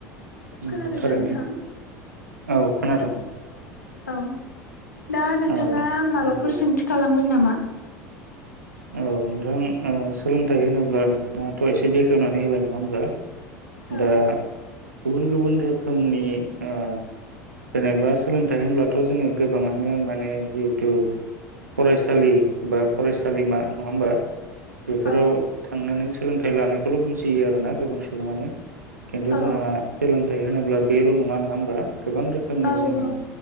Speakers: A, on the right; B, on the left.
A: नंगौ
B: खोनादोंना
A: थारैनो
B: नोंथां
A: औ खोनादों
B: औ दा नोंथाङा
A: औ
B: माबाफोर
A: नंगौ
B: सोंथि खालामगोन नामा?
A: औ नोंथां ओ सोलोंथाइ होनोब्ला नोंथाङाथ' एसे बेखेवनानै होबाय नङा होमबा
B: औ
A: दा गुबुन गुबुन रोखोमनि ओ जेनेबा सोलोंथाय होनब्ला थ जो गोबांनो माने जिथु फरायसालि बा फराय सालिमा नङा होमबा बेफोराव
B: औ
A: थांनानै सोलोंथाइ लानायखौल' बुजियो आरो ना गोबां सुबुंङानो खिन्थु
B: औ
A: जोंहा सोलोंथाइ होनोब्ला बेल' नङा नङा होनोमबा गोबां रोखोमनि
B: औ
A: जोङो
B: औ